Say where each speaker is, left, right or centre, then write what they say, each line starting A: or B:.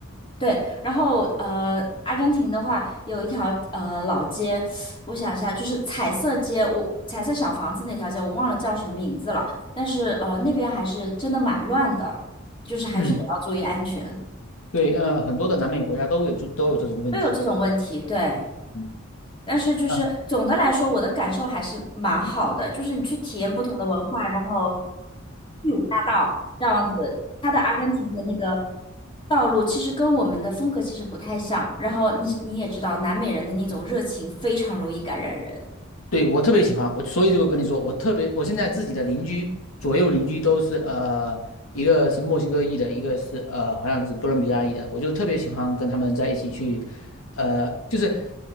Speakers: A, on the left; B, on the left.
A: 对，然后呃，阿根廷的话有一条呃老街，我想一下，就是彩色街，我彩色小房子那条街，我忘了叫什么名字了。但是呃，那边还是真的蛮乱的，就是还是得要注意安全，
B: 嗯对，呃，很多的南美国家都有这都有这种问题。
A: 都有这种问题。对，
B: 嗯。
A: 但是就是总的来说，
B: 啊
A: 我的感受还是蛮好的，就是你去体验不同的文化，然后第五大道这样子，它的阿根廷的那个道路其实跟我们的风格其实不太像。然后你你也知道，南美人的那种热情非常容易感染人。
B: 对，我特别喜欢，我所以就跟你说，我特别，我现在自己的邻居左右邻居都是呃，一个是墨西哥裔的，一个是呃好像是哥伦比亚裔的，我就特别喜欢跟他们在一起去，呃，就是